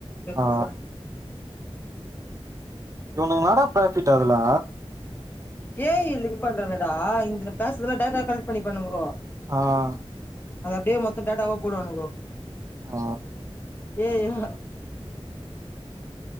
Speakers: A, on the left; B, on the right.
A: டென்சன்
B: ஆ இவன்களோடா ஃப்ரபீட் டர்லா
A: ஏய் லிக் பண்றன்டா இந்த பேசறதலாம் டேடா கலெக்ட் பண்ணி பண்ணுங்கோ
B: ஆஹ்
A: அது அப்டியே மொத்தம் டேட்டாவா போடுவானுகோ
B: ஆ
A: ஏய் எங்க